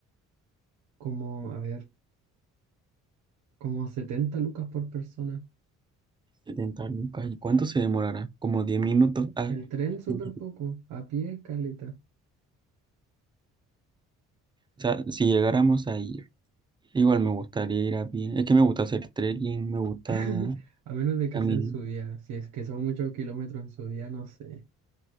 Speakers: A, on the right (about 85°); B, on the right (about 15°).
A: como, a ver, como 70 lucas por persona.
B: 70 lucas. ¿Y cuánto se demorará? Como 10 minutos. Ah,
A: El tren
B: <laughs>
A: súper
B: o
A: poco, a pie caleta.
B: sea, si llegáramos ahí. Igual me gustaría ir a pie. Es que me gusta hacer trekking, me gusta
A: <laughs> A menos de que
B: caminar.
A: sea en subida, si es que son muchos kilómetros en subida, no sé.